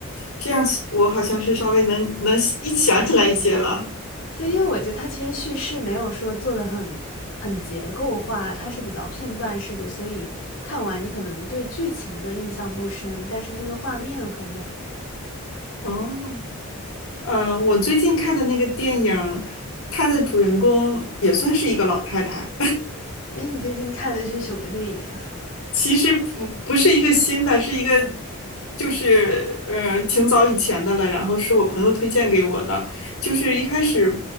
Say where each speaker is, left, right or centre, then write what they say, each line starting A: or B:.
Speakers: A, on the left; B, on the left.
A: 这样我好像是稍微能能一想起来一些了。
B: 对，因为我觉得他其实叙事没有说做的很很结构化，它是比较片段式的，所以看完你可能对剧情的印象不深，但是那个画面很美。
A: 哦，呃，我最近看的那个电影，它的主人公也算是一个老太太，
B: 哎，你最近看的是什么电影啊
A: 其实不不是一个新的，是一个就是呃挺早以前的了，然后是我朋友推荐给我的。就是一开始，